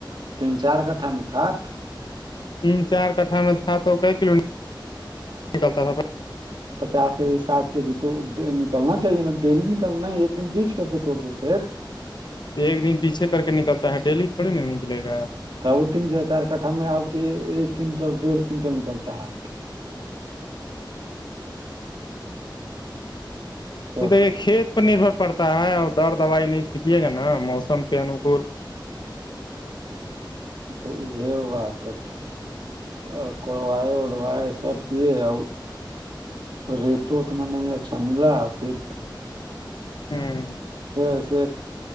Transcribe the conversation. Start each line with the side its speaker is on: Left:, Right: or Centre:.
Right: تین چار کٹھا میں تھک
Left: تین چار کٹھا میں تھا تو کئی کلو میٹر نکلتا تھا
Right: پچاس کے جی ساھ کے جی تو نکلنا چاہیے نا ڈیلی نکلنا ہے ایک دن بیچ کر کے توڑ دیتے
Left: ایک دن پیچھے کر کے نکلتا ہے ڈیلی تھوڑی نا نکلے گا
Right: ت وہ تین سے چار کٹھا میں آ کے ایک کنٹل ڈیڑھ کنٹل نکلتا ہے تو
Left: ا دے کھیت پ نربھر پڑتا ہے اور در دوائی نہیں چھینٹیے گا نا موسم کے انوکول <unintelligible>
Right: تو ا ہوا تو <inaudible> <unintelligible> ا کڑوائے وڑوائے سب کیے آ <inaudible> <unintelligible> ریٹ تو اتنا نہیں اچھا ملا پھر
Left: ہوں
Right: اسے